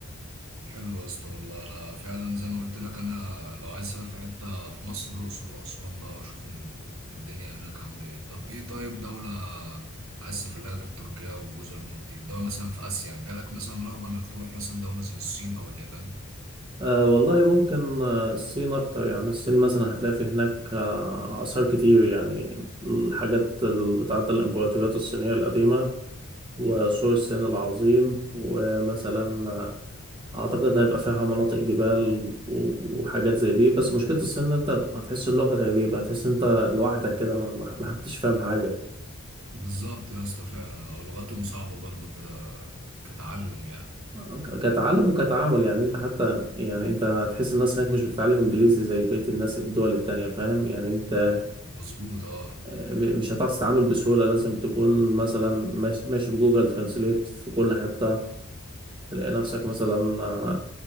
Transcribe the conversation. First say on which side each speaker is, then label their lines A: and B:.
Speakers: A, on the right; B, on the right.
A: حلو يا اسطى والله انا فعلا زي ما قلت لك انا لو عايز اسافر في حته في مصر الاقصر واسوان بقى واشوف ال- الدنيا هناك عامله ايه طب ايه طيب دوله عايز تسافر لها غير تركيا وجزر المالديف دوله مثلا في اسيا جالك مثلا رغبه انك تروح مثلا دوله زي الصين او اليابان
B: أه والله ممكن آه، الصين أكتر يعني الصين مثلا هتلاقي في هناك آه، آثار كتير يعني الحاجات ال- بتاعة الإمبراطوريات الصينية القديمة وسور الصين العظيم ومثلا آه، أعتقد هيبقى فيها مناطق جبال و- وحاجات زي دي بس مشكلة الصين إن أنت هتحس اللغة غريبة هتحس إن أنت لوحدك كده ما ما- ما حدش فاهم حاجة
A: بالظبط يا اسطى فعلا اه لغتهم صعبه برضو كده كتعلم يعني
B: آه، ك- كتعلم وكتعامل يعني انت حتى يعني انت هتحس الناس هناك مش بتتعلم انجليزي زي بقية الناس الدول التانية فاهم يعني انت
A: مظبوط اه
B: م- مش هتعرف تتعامل بسهولة لازم تكون مثلا ماش- ماشي بجوجل ترانسليت في كل حتة تلاقي نفسك مثلا آه،